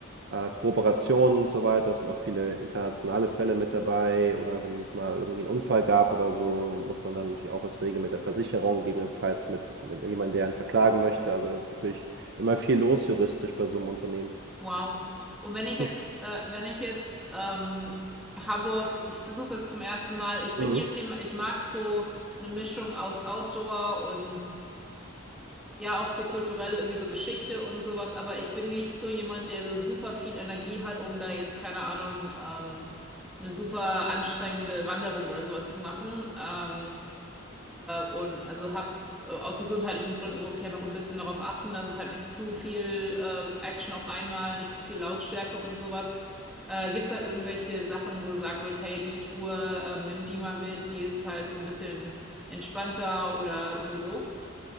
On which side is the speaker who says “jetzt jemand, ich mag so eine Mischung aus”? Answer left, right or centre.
Centre